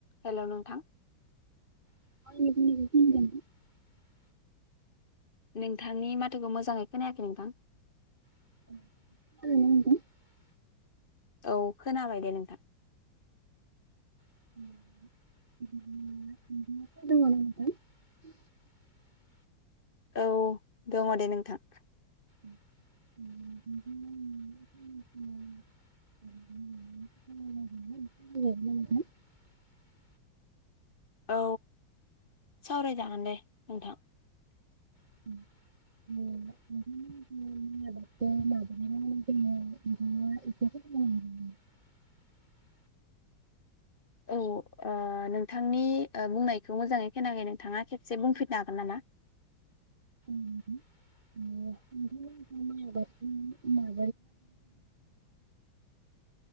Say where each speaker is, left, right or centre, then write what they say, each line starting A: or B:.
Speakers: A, on the left; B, on the right.
A: Hello नोंथां
B: <unintelligible>
A: नोंथांनि माथोखौ मोजाङै खोनायाखै नोंथां
B: <unintelligible>
A: औ खोनाबाय दे नोंथां
B: <unintelligible>
A: औ दङ दे नोंथां
B: <inaudible>
A: औ सावरायजागोन दे नोंथां
B: <unintelligible>
A: औ नोंथांनि ओ बुंनायखौ मोजाङै खोनाखै नोंथाङा खेबसे बुंफिनो हागोन नामा
B: <inaudible>